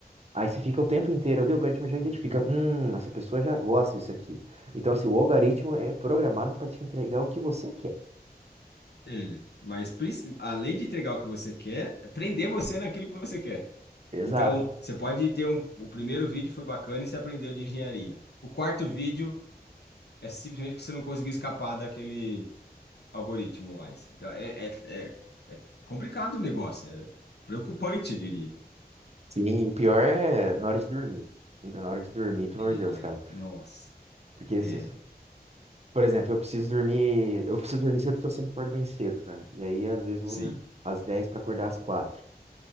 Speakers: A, on the right; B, on the left.
A: Aí você fica o tempo inteiro ali, o algoritmo já identifica,
B: Uhum.
A: hum, essa pessoa já gosta disso aqui. Então, assim, o algoritmo é programado para te entregar o que você quer.
B: É, mas princi- além de entregar o que você quer, é prender você naquilo que você quer.
A: Exato.
B: Então, você pode ter um. O primeiro vídeo foi bacana e você aprendeu de engenharia. O quarto vídeo é simplesmente que você não conseguiu escapar daquele algoritmo mais. Então, é, é, é complicado o negócio, é preocupante, eu diria.
A: Sim, o pior é na hora de dormir. Na hora de dormir, pelo
B: É.
A: amor de Deus, cara.
B: Nossa,
A: Porque
B: é,
A: se, Por exemplo, eu preciso dormir. Eu preciso dormir cedo porque eu sempre acordo bem cedo, cara. E aí, às vezes, eu
B: sim.
A: vou dormir às 10 pra acordar às quatro